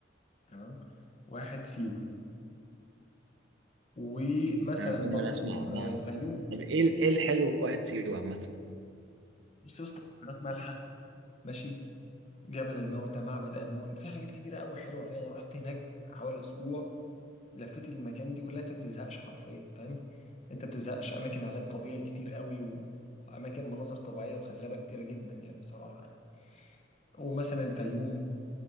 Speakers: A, on the left (about 35°); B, on the right (about 80°).
A: تمام واحد سيوه ومثلا
B: انا دايما
A: برضو
B: اسمع عنها
A: آه، الفيوم
B: طب ايه ال- ايه الحلو في واحد سيوه عامه
A: بص يا اسطى بحيرات مالحه ماشي جبل الموتى معبد امون في حاجات كتيره قوي حلوه فيها انا رحت هناك حوالي اسبوع لفيت المكان دي كلها انت ما بتزهقش حرفيا فاهم انت ما بتزهقش اماكن علاج طبيعي كتير قوي واماكن مناظر طبيعيه وخلابه كتيره جدا يعني بصراحه يعني. ومثلا الفيوم